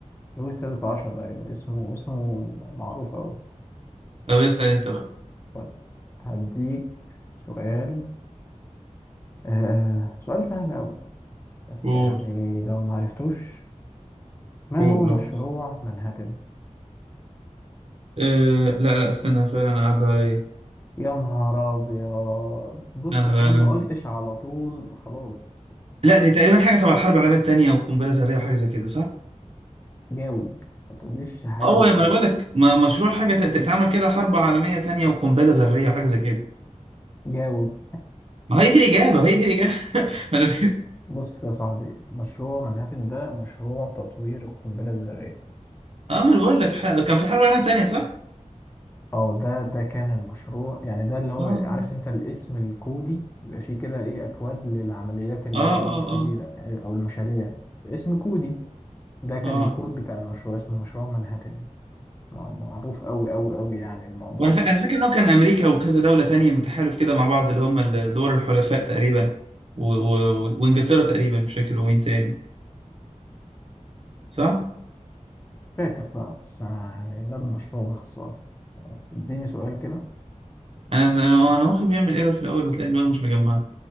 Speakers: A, on the left (about 20°); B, on the right (about 50°).
A: لويس السادس عشر أيوه اسمه اسمه معروف أوي
B: طب اسأل أنت بقى
A: طيب هديك سؤال آه سؤال سهل أوي بس
B: قول
A: يعني لو ما عرفتوش ما
B: قول
A: هو مشروع منهاتن؟
B: أه لا لا استنى فعلا قاعدة ايه
A: يا نهار ابيض بص
B: انا
A: انا
B: انا
A: ما قلتش على طول خلاص
B: لا دي تقريبا حاجة تبع الحرب العالمية التانية وقنبلة ذرية وحاجة زي كده صح؟
A: جاوب ما تقوليش حاجه
B: هو
A: زي
B: ما
A: كده
B: انا بقول لك ما- مشروع حاجة تت- تتعمل كده حرب عالمية تانية وقنبلة ذرية وحاجة زي كده
A: جاوب
B: ما هي دي الإجابة هي دي الإجابة <laughs> ما انا
A: بص يا صاحبي مشروع منهاتن ده مشروع تطوير القنبله الذريه
B: اه ما انا بقول لك ح- كان في الحرب العالمية التانية صح؟
A: اه ده ده كان المشروع يعني ده اللي هو
B: اه
A: عارف انت الاسم الكودي بيبقى فيه كده ايه اكواد للعمليات اللي
B: اه
A: هي إيه الكبيره
B: اه اه
A: إيه، او المشاريع اسم كودي ده كان
B: اه
A: الكود بتاع المشروع اسمه مشروع منهاتن مع- معروف قوي قوي قوي يعني الموضوع
B: وانا
A: ده
B: فا... انا فاكر ان هو كان امريكا وكذا دولة تانية متحالف كده مع بعض اللي هم دول الحلفاء تقريبا و... و... وانجلترا تقريبا مش فاكر ومين تاني صح؟
A: فاكر بقى بس أنا يعني ده المشروع باختصار آه، اديني سؤال كده
B: انا انا أنا مخي بيعمل ايرور في الاول بتلاقي دماغي مش مجمعه